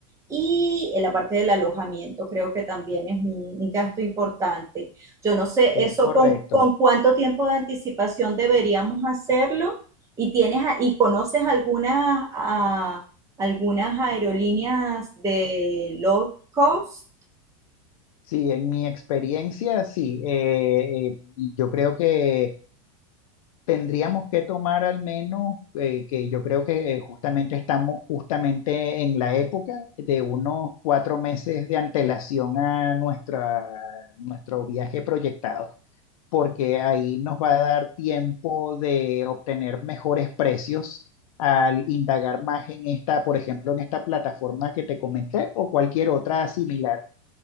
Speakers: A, on the right; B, on the left.
A: Y en la parte del alojamiento creo que también es un, un gasto importante. Yo no sé
B: Es
A: eso
B: correcto.
A: con, con cuánto tiempo de anticipación deberíamos hacerlo y tienes a- y conoces algunas a, algunas aerolíneas de low cost
B: Sí, en mi experiencia, sí. eh, eh, y yo creo que Tendríamos que tomar al menos, eh, que yo creo que eh, justamente estamos justamente en la época de unos cuatro meses de antelación a nuestra, nuestro viaje proyectado, porque ahí nos va a dar tiempo de obtener mejores precios al indagar más en esta, por ejemplo, en esta plataforma que te comenté o cualquier otra similar